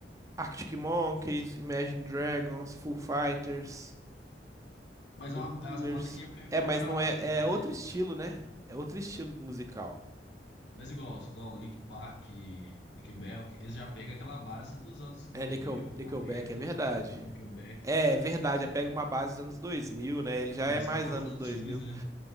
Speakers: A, on the right; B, on the left.
A: Arctic Monkeys, Imagine Dragons, Foo Fighters,
B: Mas
A: The
B: é uma-
A: Killers.
B: é as bandas que já pegou
A: É, mas
B: a,
A: não é,
B: a base
A: é outro estilo, né? É outro estilo musical.
B: Mas igual, igual Linkin Park, Nickelback, eles já pegam aquela base dos anos 2000,
A: É, Nickel, Nickelback,
B: 90,
A: é verdade.
B: Nickelback,
A: É, é verdade, já pega uma base dos anos 2000, né? Ele já
B: que
A: é
B: eles
A: mais
B: são bandas
A: anos
B: antigas,
A: 2000.
B: né?